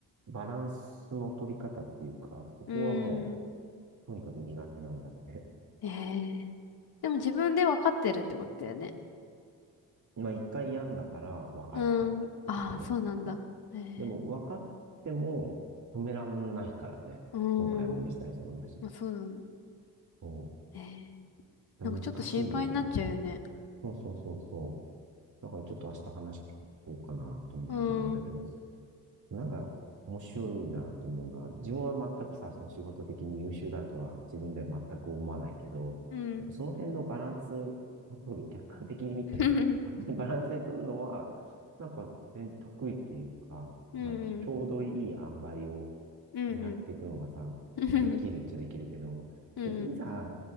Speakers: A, on the right; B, on the left.
A: バランスの取り方っていうか、そこはも
B: うん。うん
A: う、とにかく苦手なんだって。
B: へえ。でも自分で分かってるってことだよね。
A: まあ一回病んだから分かったってところ。
B: うん。ああ、そうなんだ。ええ。
A: でも分かっても止めらんないからね。
B: う
A: 今回も実際そうだし。
B: ん。まあ、そうだね。
A: うん
B: ええ。
A: 難しいよね。
B: なんかちょっと心配になっちゃうよね。
A: そうそうそうそう。だからちょっと明日話聞こうかなと思ってるんだけど。
B: うん。
A: なんか面白いなって思うのは、自分は全くさ、その仕事的に優秀だとは自分では全く思わないけど、
B: うん。
A: なんかその辺のバランスを取る、客観的に見て、
B: <laughs>
A: <laughs> 勝手にバランスで取るのは、なんか全然得意っていうか、
B: うんうん。
A: まあ、ちょうどいい塩梅を
B: うんうん。
A: 狙っていくのがさ、
B: <laughs>
A: できるっちゃできるけど、
B: うんうん。
A: でもいざ、